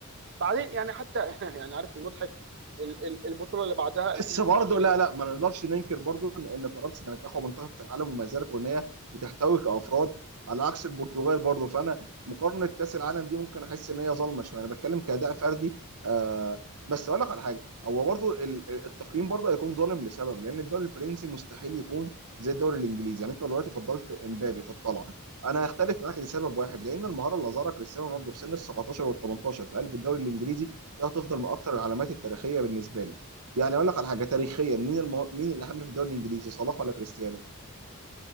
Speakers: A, on the right; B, on the right.
A: بعدين يعني حتى <laughs> يعني عارف المضحك ال- ال- البطوله اللي بعدها 2022
B: بس برضه لا لا ما نقدرش ننكر برضه ان إن فرنسا كانت اقوى منتخب في العالم وما زالت وان هي بتحتوي كافراد على عكس البرتغال برضه فانا مقارنه كاس العالم دي ممكن احس ان هي ظالمه شويه انا بتكلم كاداء فردي آه بس اقول لك على حاجه هو برضه ال- ال- التقييم برضه هيكون ظالم لسبب لان الدوري الفرنسي مستحيل يكون زي الدوري الانجليزي يعني انت دلوقتي فضلت امبابي في الطلعه انا هختلف معاك لسبب واحد لان المهاره اللي ظهرها كريستيانو رونالدو في سن ال 17 وال 18 في قلب الدوري الانجليزي دي هتفضل من اكثر العلامات التاريخيه بالنسبه لي يعني اقول لك على حاجه تاريخيا مين المو... مين الاهم في الدوري الانجليزي صلاح ولا كريستيانو